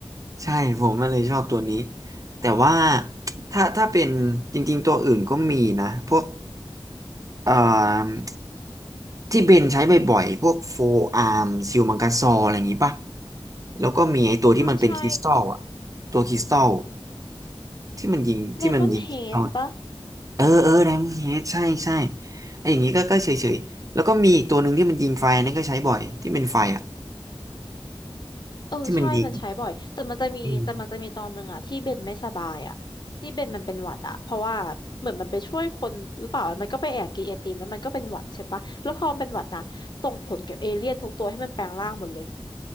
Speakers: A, on the right; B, on the left.
A: ใช่ผมมันเลยชอบตัวนี้แต่ว่าถ้าถ้าเป็นจริงๆตัวอื่นก็มีนะพวกเอ่อที่เบนใช้บ่อยๆพวกโฟอาร์มซิลมังกาซออะไรอย่างงี้ป่ะแล้วก็มีไอ้ตัวที่มันเป็นคริสตัลอะ
B: ใช่ใช่
A: ตัวคริสตัลที่มันยิงที่มันยิงคริสตัล
B: เลมอนเฮดปะ
A: เออเออแดมเฮดใช่ใช่ไอ้อย่างงี้ก็ก็เฉยๆแล้วก็มีอีกตัวหนึ่งที่มันยิงไฟนั่นก็ใช้บ่อยที่เป็นไฟอะ
B: เออใช่มันใช้บ่อยแต่มันจะมีแต่มันจะมีตอนหนึ่งอะที่เบนไม่สบายอะที่เบนมันเป็นหวัดอะเพราะว่าเหมือนมันไปช่วยคนหรือเปล่ามันก็ไปแอบกินไอติมแล้วมันก็เป็นหวัดใช่ปะแล้วพอมันเป็นหวัดนะส่งผลกับเอเลี่ยนทุกตัวให้มันแปลงร่างหมดเลย
A: ที่มันยิงอืม